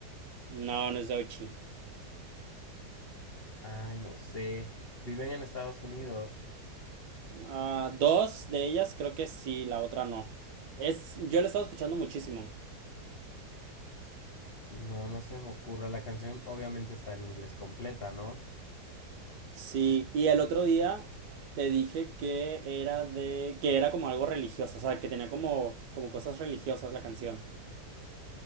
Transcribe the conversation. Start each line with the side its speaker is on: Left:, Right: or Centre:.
Right: No, no es de Ochi.
Left: Ay, no sé. Viven en Estados Unidos.
Right: Ah, dos de ellas creo que sí, la otra no. Es, yo la estaba escuchando muchísimo.
Left: No, no se me ocurre. La canción obviamente está en inglés completa, ¿no?
Right: Sí, y el otro día te dije que era de, que era como algo religioso, o sea, que tenía como, como cosas religiosas la canción.